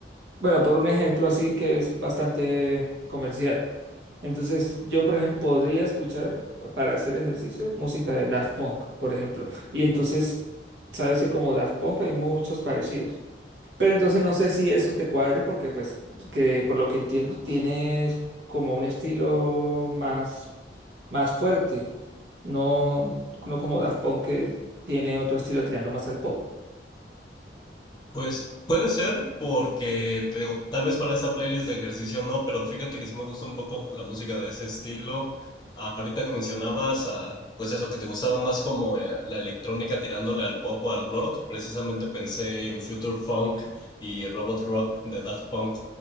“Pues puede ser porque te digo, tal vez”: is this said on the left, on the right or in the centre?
Left